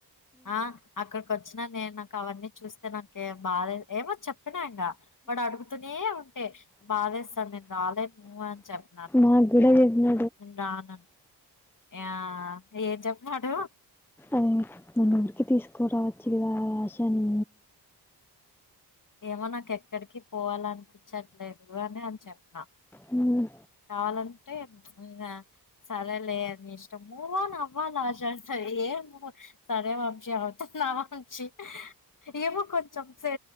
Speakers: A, on the left; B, in the centre.
A: ఆ అక్కడ వచ్చిన నేను నాకు అవన్నీ చూస్తే నాకు బాధ ఏమో చెప్ప చెప్పిన ఇంగ వాడు అడుగుతూనే ఉంటే బాధేస్తాది నేను రాలేను అని చెప్ప
B: నక్ కూడా చెపునడ్
A: రన్ యా ఏం చెపినాడు
B: అది మన ఊరికి తీసుకురావచ్చు కదా ఆశ నీ
A: ఏమో నాకు ఎక్కడికి పోవాల అనిపించట్లేదు అని అని చెప్పిన
B: హమ్
A: కావాలంటే ఇంగ సరేలే అని ఇష్టంము వోని అమ్మలశసాయి ఏమో సరే వంశీ అవుతున్నా వంశి ఏమో కొంచెం సే